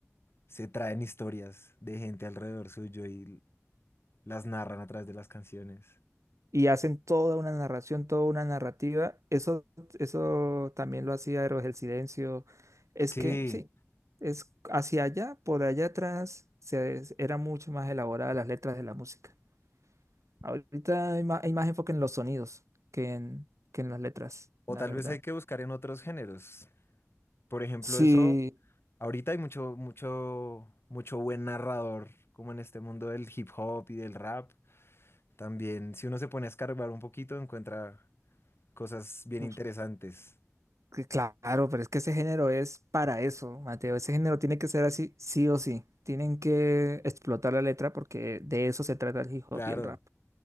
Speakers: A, on the left (about 50°); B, on the right (about 70°).
A: se traen historias de gente alrededor suyo y las narran a través de las canciones.
B: y hacen toda una narración, toda una narrativa. Eso, eso también lo hacía Héroes del Silencio. Es
A: Sí,
B: que sí, es hacia allá, por allá atrás, se, es- era mucho más elaborada las letras de la música. Ahorita hay más, hay más enfoque en los sonidos que en, que en las letras,
A: o
B: la
A: tal
B: verdad.
A: vez hay que buscar en otros géneros. Por ejemplo,
B: Sí,
A: eso, ahorita hay mucho, mucho, mucho buen narrador, como en este mundo del hip hop y del rap. También, si uno se pone a escarbar un poquito, encuentra cosas bien
B: pues,
A: interesantes.
B: que claro, pero es que ese género es para eso, Mateo. Ese género tiene que ser así, sí o sí. Tienen que explotar la letra porque de eso se trata el hip hop
A: Claro,
B: y el rap.